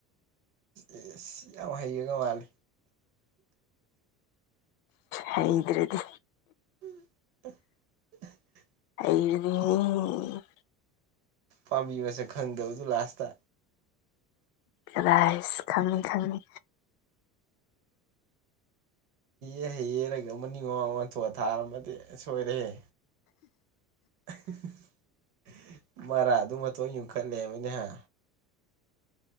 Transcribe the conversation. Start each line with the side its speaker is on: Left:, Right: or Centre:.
Right: ꯑꯦꯁ ꯌꯥꯝ ꯍꯩꯌꯦꯒ ꯃꯥꯂ
Left: ꯍꯗ꯭ꯔꯦꯗꯤ
Right: ꯎꯝ
Left: ꯑꯩ
Right: ꯄꯥꯝꯕꯤꯕꯁꯦ ꯈꯪꯗꯕꯗꯨ ꯂꯥꯁꯇ
Left: ꯔꯥꯏꯁ ꯈꯪꯉꯅꯤ ꯈꯪꯉꯅꯤ
Right: ꯍ ꯍꯩꯌꯦꯔꯒ ꯑꯃꯅꯤꯡ ꯋꯥꯃꯥꯡ ꯋꯥꯡꯊꯣꯛꯑ ꯊꯥꯔꯝꯃꯗꯤ ꯁꯣꯏꯔꯦꯦ <unintelligible> ꯃꯔꯥꯗꯨ ꯃꯇꯣꯟ ꯌꯨꯡꯈꯠꯂꯦꯕꯅꯦꯍ